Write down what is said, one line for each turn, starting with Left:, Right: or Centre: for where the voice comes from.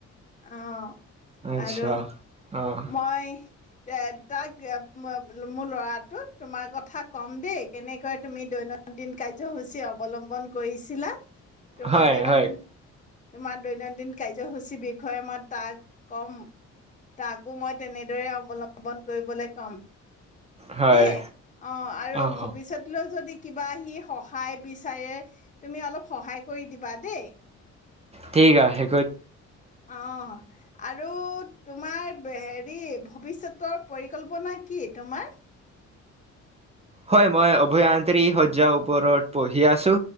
Left: অ'।
Right: আচ্ছা।
Left: আৰু
Right: অঁ
Left: মই এ তাক, মোৰ ল'ৰাটোক তোমাৰ কথা কম দেই, কেনেকৈ তুমি দৈনন্দিন কাৰ্যসূচী অৱলম্বন কৈছিলা তোমাৰ
Right: হয়
Left: দৈনন্দিন
Right: হয়
Left: তোমাৰ দৈনন্দিন কাৰ্যসূচী বিষয়ে মই তাক কম। তাকো মই তেনেদৰে অৱলম্বন কৰিবলৈ কম।
Right: হয়
Left: দেই, অ, আৰু
Right: অঁ
Left: ভৱিষ্যতলৈ যদি কিবা সি সহায় বিচাৰে, তুমি অলপ সহায় কৰি দিবা দেই।
Right: ঠিক আহে
Left: অ' আৰু তোমাৰ হেৰি ভৱিষ্যতৰ পৰিকল্পনা কি তোমাৰ?
Right: হয়, মই অভয়ান্ত্ৰি সজ্জাৰ ওপৰত পঢ়ি আছো।